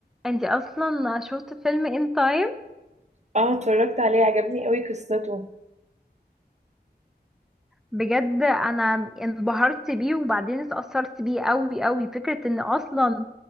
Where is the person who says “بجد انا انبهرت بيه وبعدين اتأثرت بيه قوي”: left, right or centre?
Centre